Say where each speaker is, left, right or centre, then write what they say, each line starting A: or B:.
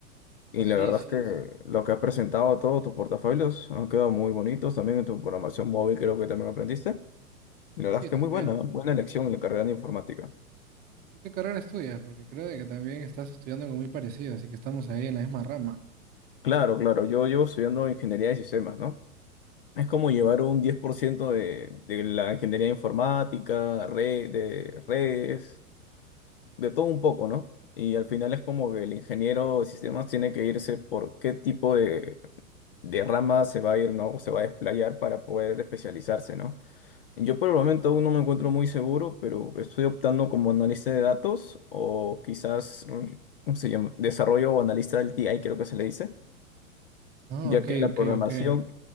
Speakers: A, on the left (about 40°); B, on the right (about 20°).
A: Y
B: Ah, sí,
A: la verdad
B: sí,
A: es que
B: sí.
A: lo que has presentado, todos tus portafolios han quedado muy bonitos, también en tu programación móvil creo que también aprendiste. La verdad
B: Sí,
A: es que
B: también.
A: muy buena, ¿no? buena elección en la carrera de informática.
B: ¿Y tú qué carrera estudias? Porque creo de que también estás estudiando algo muy parecido, así que estamos ahí en la misma rama.
A: Claro, claro, yo llevo estudiando ingeniería de sistemas, ¿no? Es como llevar un 10% de, de la ingeniería informática, red, de redes, de todo un poco, ¿no? Y al final es como que el ingeniero de sistemas tiene que irse por qué tipo de, de rama se va a ir, ¿no? O se va a desplayar para poder especializarse, ¿no? Yo por el momento aún no me encuentro muy seguro, pero estoy optando como analista de datos o quizás, mm, ¿cómo se llama? Desarrollo o analista del TI, creo que se le dice,
B: Ah,
A: ya
B: ok,
A: que la
B: ok,
A: programación
B: ok.